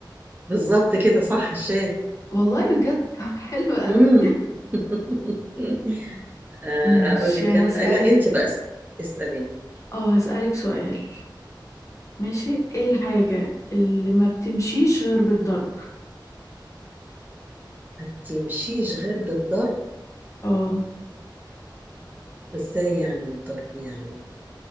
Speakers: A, on the right; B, on the left.
A: بالظبط كده صح الشاي
B: والله بجد <laughs> طب حلو قوي
A: امم <laughs> آه،
B: ماشي
A: اقول لك
B: هسألك
A: أنا... لا انت بقى اس- اساليني
B: اه هسألك سؤال ماشي ايه الحاجة اللي ما بتمشيش غير بالضرب
A: ما بتمشيش غير بالضرب
B: اه
A: ازاي يعني بالضرب يعني